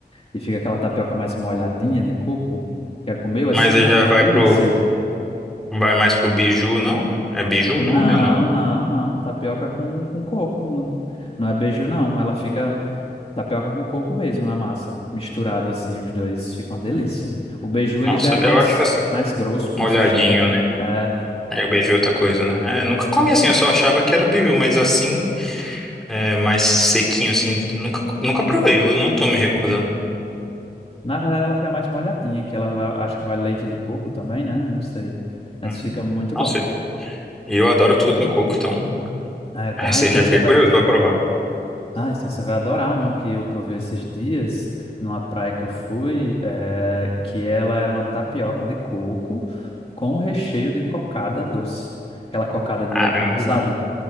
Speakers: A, on the left; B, in the centre.
A: E fica aquela tapioca mais molhadinha de coco. Já comeu assim?
B: Mas aí
A: Fica
B: já vai
A: uma delícia.
B: pro, vai mais pro biju, não? É biju
A: Não,
B: o nome ou não?
A: não, não. Tapioca com, com coco. Não, não é beiju, não. Ela fica tapioca com coco mesmo na massa. Misturado assim, os dois. Fica uma delícia. O beiju,
B: Nossa,
A: ele já é mais,
B: eu acho que assim,
A: mais grosso, consistente.
B: molhadinho, né?
A: É,
B: É, o beiju é outra coisa, né? É, nunca comi assim, eu só achava que era beiju, mas assim, é, mais sequinho assim, nunca, nunca provei, eu não tô me recordando.
A: na verdade, ela fica mais molhadinha, que ela vai- acho que vai leite de coco também, né? Eu Não sei. Mas
B: Hum,
A: fica muito
B: Nossa,
A: bom.
B: e eu adoro tudo com coco, então <laughs>
A: É, tá,
B: essa
A: então
B: aí já fiquei
A: você vai.
B: curioso pra provar.
A: Ah, então você vai adorar uma que eu provei esses dias numa praia que eu fui, eh, que ela era uma tapioca de coco com recheio de cocada doce. Aquela cocada de
B: Caramba!
A: leite condensado.